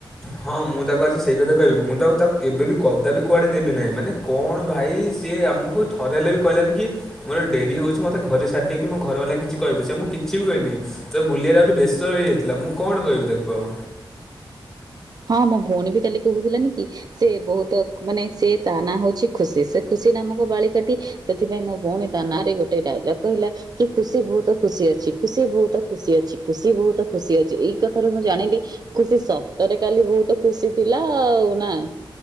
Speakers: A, in the centre; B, on the right (about 50°).
A: ହଁ ମୁଁ ତାକୁ ଆଜି ସେଇ କଥା କହିବି ମୁଁ ତ ତାକୁ କେବେ ବିି କଦା ବିି କୁଆଡେ ନବି ନାହିଁ। ମାନେ କଣ ଭାଇ ସିଏ ଆମକୁ ଥରେ ହେଲେ ବି କହିଲାନି କି ମୋର ଡେରି ହଉଛି ମୋତେ ଘରେ ସଛାରି କି ମୋ ଘର ବାଲା କିଛି କହିବି ସେ ମୁଁ କିଛି ବି କହିନି। ତ ବୁଲେଇଟ ଆଉଠୁ ବ୍ୟସ୍ତ ରହିଯାଇଥିଲା ମୁଁ କଣ କହିବି ତାକୁ ଆଉ।
B: ହଁ ମୋ ଭଉଣୀ ବି କାଲି କହୁଥିଲାନିକି ସେ ବହୁତ ମାନେ ସେ ତା ନାଁ ହଉଛି ଖୁସି ସେ ଖୁସି ନାମକ ବାଳିକା ଟି ସେଥିପାଇଁ ମୋ ଭଉଣୀ ତା ନାଁ ରେ ଗୋଟେ ଡାଇଲଗ କହିଲା କି ଖୁସି ବହୁତ ଖୁସି ଅଛି ଖୁସି ବହୁତ ଖୁସି ଅଛି ଖୁସି ବହୁତ ଖୁସି ଅଛି ଏଇ କଥାରୁ ମୁଁ ଜାଣିଲି ଖୁସି ସତରେ କାଲି ବହୁତ ଖୁସି ଥିଲା ଆଉ ନା